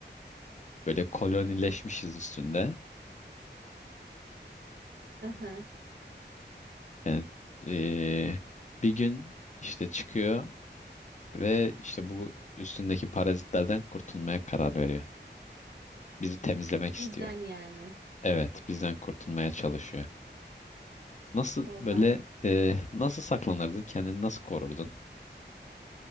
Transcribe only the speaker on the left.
Böyle kolonileşmişiz üstünde.
Yani eee, bir gün işte çıkıyor ve işte bu üstündeki parazitlerden kurtulmaya karar veriyor. Bizi temizlemek istiyor.
Evet, bizden kurtulmaya çalışıyor. Nasıl
böyle e, nasıl saklanırdın? Kendini nasıl korurdun?